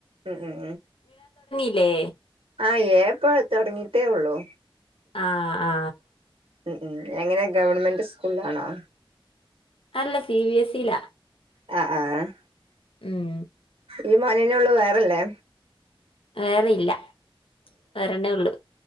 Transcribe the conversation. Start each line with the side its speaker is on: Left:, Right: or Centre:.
Right: ഉം ഉം
Left: ലേ
Right: ആ എ ഇപ്പോ തൊടങ്ങിട്ടേ ഉള്ളു
Left: ആ ആ
Right: ഉം ഉം എങ്ങനെ ഗവൺമെന്റ് സ്കൂളിലാണോ
Left: ല്ല സി ബി എസിലാ
Right: ആ ആ
Left: ഉം
Right: ഈ മോനന്നേ ഉള്ളു വേറെല്ലേ?
Left: വേറെ ഇല്ല. ഒരെണ്ണേ ഉള്ളൂ